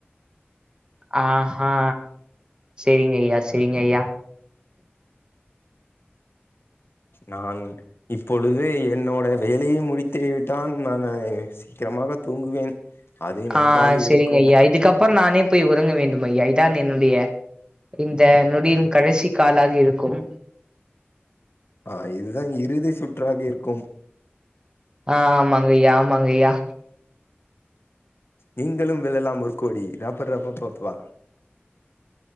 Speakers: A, on the right; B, on the left.
A: ஆ ஹா செரிங்கய்யா செரிங்கய்யா
B: நான் இப்பொழுது என்னோட வேலைய முடித்துவிட்டான் நானு சீக்கிரமாக தூங்குவேன் அது நன்றாக
A: ஆ செரிங்கய்யா
B: இருக்கும்
A: இதுக்கப்றோ நானே போய் உறங்க வேண்டும் ஐயா இதான் என்னுடைய இந்த நொடியின் கடைசி காலாக இருக்கும்
B: ஆ இதுதான் இறுதி சுற்றாக இருக்கும்
A: ஆ ஆமாங்கைய்யா ஆமாங்கைய்யா
B: நீங்களும் வெல்லலாம் ஒரு கோடி ரப்ப ரப்ப பப்பா